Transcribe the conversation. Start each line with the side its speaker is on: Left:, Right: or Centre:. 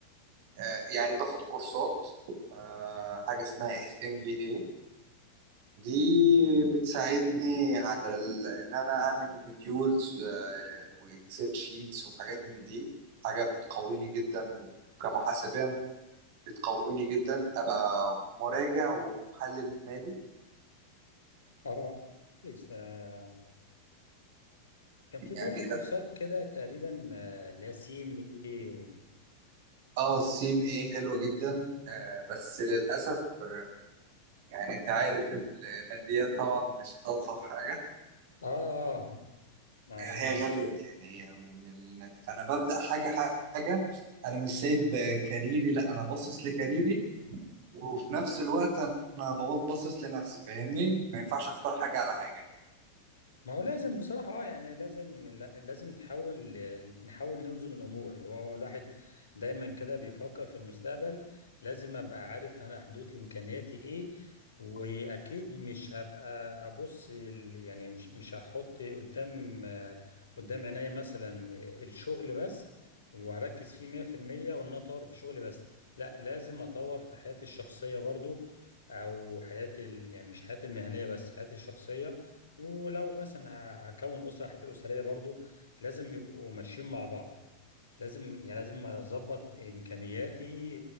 Right: آه، يعني باخد كورسات آه، حاجه اسمها اف ام في اي دي بتساعدني على ال- ان انا اعمل مديولز واكسل شيتس وحاجات من دي حاجه بتقويني جدا كمحاسبيا بتقويني جدا ابقى مراجع ومحلل مالي
Left: اه كويس آه، كان في برضو
Right: يعني
Left: كورسات كده تقريبا آه، اللي هي سي ام اي
Right: اه السيم ايه حلوة جدا آه بس للأسف آه يعني انت عارف الماديات طبعا مش ألطف حاجة
Left: اه آه،
Right: فهي
Left: عشان
Right: غالية يعني هي من الم- فأنا ببدأ حاجة حاجة أنا مش سايب آه، كاريري لا أنا باصص لكاريري وفي نفس الوقت أنا باصص لنفسي فاهمني ما ينفعش أختار حاجة على حاجة
Left: ما هو لازم بصراحة اه يعني لازم لازم تحاول نحاول نوزن الأمور هو الواحد دايما كده بيفكر في المستقبل لازم أبقى عارف أنا حدود إمكانياتي إيه وأكيد مش هبقى أبص ال- يعني مش مش هحط قدام آه، قدام عينيا مثلا الشغل بس وهركز فيه 100% وإن أنا أطور في شغلي بس لا لازم أطور في حياتي الشخصية برضو أو حياتي ال- يعني مش حياتي المهنية بس حياتي الشخصية ولو مثلا ه- هكون اسره حتى الاسريه برضو لازم يبقوا ماشيين مع بعض لازم يعني لازم اظبط امكانياتي